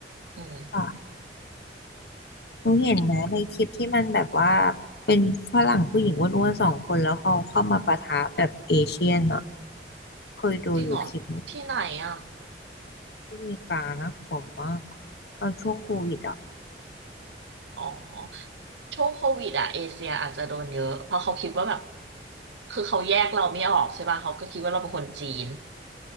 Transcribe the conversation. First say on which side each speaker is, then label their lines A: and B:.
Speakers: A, on the right (about 85°); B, on the left (about 60°).
A: อืม
B: อะหนูเห็นนะในคลิปที่มันแบบว่าเป็นฝรั่งผู้หญิงอ้วนๆสองคนแล้วเขาเข้ามาปะทะแบบเอเชียนอ่ะเคยดูอยู่คลิปนึง
A: จริงเหรอที่ไหนอ่ะ
B: ที่อเมริกานะผมว่ากตอนช่วงโควิดอ่ะ
A: อ๋อช่วงโควิดอ่ะเอเชียอาจจะโดนเยอะเพราะเขาคิดว่าแบบคือเขาแยกเราไม่ออกใช่ป่ะเขาก็คิดว่าเราเป็นคนจีน